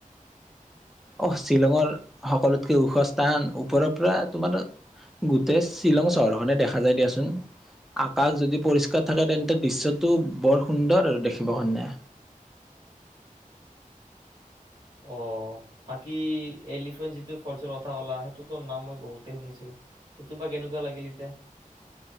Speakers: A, in the centre; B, on the right.
A: আহ! শ্বিলঙৰ সকলোতকে ওখ স্থান, ওপৰৰ পৰা তোমাৰ গোটেই শ্বিলং চহৰখনে দেখা যায় দিয়াচোন। আকাশ যদি পৰিষ্কাৰ থাকে তেন্তে দৃশ্যটো বৰ সুন্দৰ আৰু দেখিব কাৰনে।
B: অ' বাকী এলিফেন্ট যিটো ফলচৰ কথা ক'লা সেইটোতো নাম মই বহুতে শুনিছো। সেইটো বা কেনেকুৱা লাগিল এতিয়া?